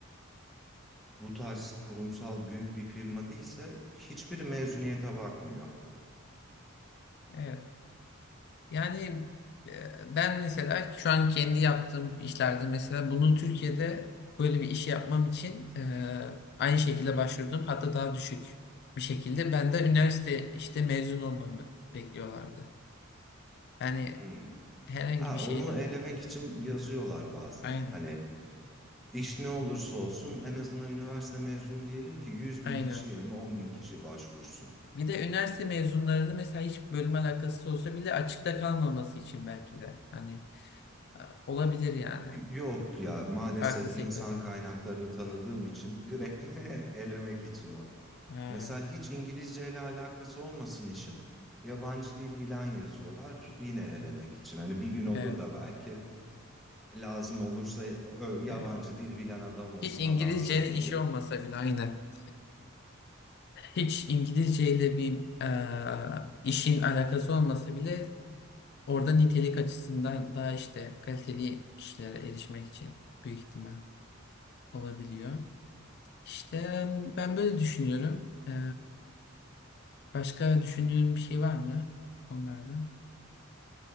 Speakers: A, in the centre; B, on the left (about 50°).
A: bu tarz kurumsal büyük bir firma değilse hiçbir mezuniyete bakmıyor.
B: evet. Yani e, ben mesela şu an kendi yaptığım işlerde mesela bunu Türkiye'de böyle bir iş yapmam için e, aynı şekilde başvurdum. Hatta daha düşük bir şekilde. Ben de üniversite işte mezun olmamı bekliyorlardı. Yani
A: Hmm.
B: herhangi
A: Ha
B: bir şeyden.
A: onu elemek için yazıyorlar bazen.
B: Aynen.
A: Hani iş ne olursa olsun en azından üniversite mezunu diyelim ki 100
B: Aynen.
A: bin kişi yerine 10 bin kişi başvursun.
B: Bir de üniversite mezunlarını mesela hiç bölüm alakası olsa bile açıkta kalmaması için belki de. Hani e, olabilir yani.
A: Yok ya maalesef
B: Farklı sektörler.
A: insan kaynaklarını tanıdığım için direkt <laughs> elemek için o.
B: Ha,
A: Mesela hiç İngilizce ile alakası olmasın işin. Yabancı dil bilen yazıyorlar yine elemek için. Hani bir gün olur
B: evet.
A: da belki lazım olursa ö, yabancı
B: Evet.
A: dil bilen adam olsun
B: Hiç İngilizcenin
A: adam çok diye.
B: işi olmasa bile aynen. Hiç İngilizceyle bir e, işin alakası olmasa bile orada nitelik açısından daha işte kaliteli kişilere erişmek için büyük ihtimal olabiliyor. İşte ben böyle düşünüyorum. E, başka düşündüğün bir şey var mı onlardan?